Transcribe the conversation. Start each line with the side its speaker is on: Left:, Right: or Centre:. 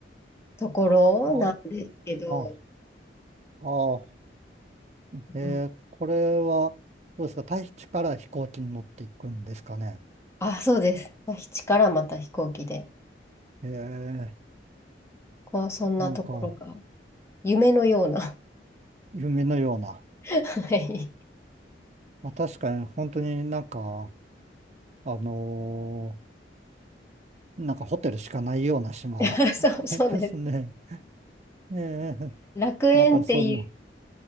Left: ところなんですけど、
Right: ああ、ああ、ええ、
Left: うん
Right: これは、どうですか大地から飛行機に乗っていくんですかね。
Left: あ、そうです。基地からまた飛行機で、
Right: ええ、
Left: こう、そんなところが、
Right: なんか、
Left: 夢のような。
Right: 夢のような。
Left: <laughs> はい。
Right: まあ、確かに、本当になんか、あのーなんかホテルしかないような島
Left: <laughs> そう、
Right: <laughs>
Left: そうです。
Right: ですね。ええ、
Left: 楽園ってい
Right: なんかそういうの、